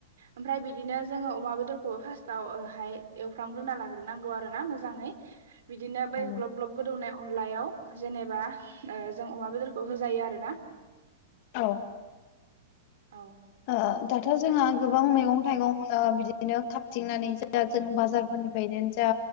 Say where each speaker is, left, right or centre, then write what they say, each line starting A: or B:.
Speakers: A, on the right; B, on the left.
A: ओमफ्राय बिदिनो जोङो अमा बेदर खौ फार्सताव ओ हाय एवफ्राम ग्रोना लाग्रोनांगौ आरोना मोजाङै बिदिनो बै
B: नंगौ
A: ग्लब ग्लब गोद दौनाय अनलायाव जेनेबा ओ जों अमा बेदरखौ होजायो आरोना
B: औ
A: औ
B: ओ दाथ' जोंहा गोबां मैगं थाइगं ओ बिदिनो खााबथिंनानै जा जों बाजारफोरनिफ्रायनो जा